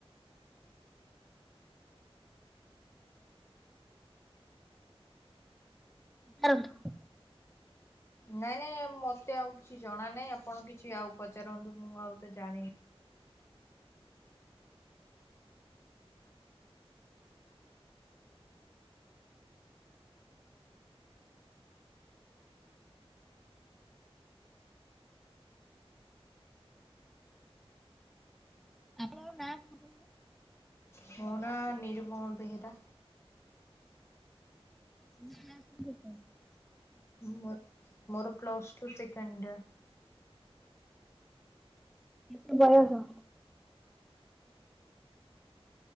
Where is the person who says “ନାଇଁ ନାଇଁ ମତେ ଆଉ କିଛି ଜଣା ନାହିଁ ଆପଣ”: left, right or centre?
Left